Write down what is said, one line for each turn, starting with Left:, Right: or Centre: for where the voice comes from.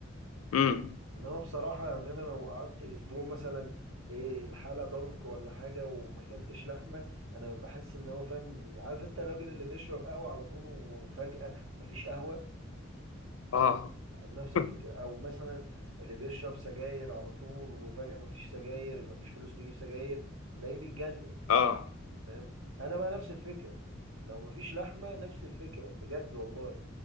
Left: امم
Right: انما بصراحه يعني انا لو قعدت اسبوع مثلا ايه الحاله ضنك ولا حاجه وما اكلتش لحمه انا بحس ان هو فاهم عارف انت الراجل اللي بيشرب قهوه على طول وفجاه مفيش قهوه
Left: اه
Right: نفس الفكرة
Left: <laughs>
Right: او مثلا اللي بيشرب سجاير على طول وفجأة مفيش سجاير مفيش فلوس نجيب سجاير تلاقيه بيتجنن
Left: اه
Right: فاهم انا بقى نفس الفكرة لو مفيش لحمة نفس الفكرة بجد والله